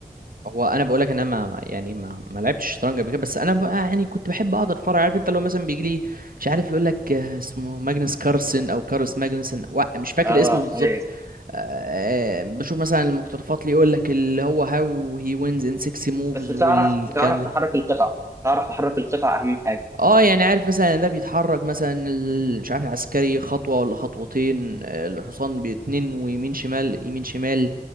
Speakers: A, on the right; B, on the right.
A: هو انا بقول لك ان انا ما ما- يعني ما ما لعبتش شطرنج قبل كده بس انا بقى يعني كنت بحب اقعد اتفرج عارف انت لو مثلا بيجي لي مش عارف يقول لك آه، اسمه ماجنس كارلسن او كارلس ماجنسن وا- مش فاكر
B: اه
A: اسمه بالظبط
B: ايوه
A: آه، آه، بشوف مثلا المقتطفات اللي يقول لك اللي هو هاو هي وينز ان 6 موفز
B: بس بتعرف
A: والكلام
B: بتعرف
A: ده
B: تحرك القطع تعرف تحرك القطع اهم حاجه
A: اه يعني عارف مثلا ان ده بيتحرك مثلا ال- مش عارف العسكري خطوة ولا خطوتين آه، الحصان باتنين ويمين شمال يمين شمال